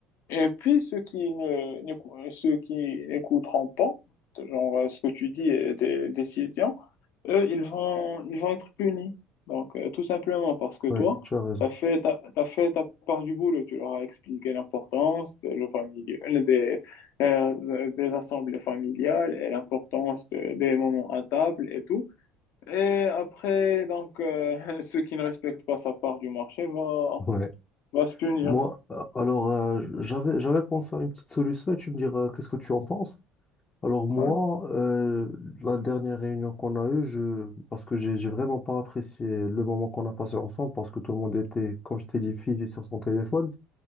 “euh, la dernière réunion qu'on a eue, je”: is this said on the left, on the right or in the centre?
Left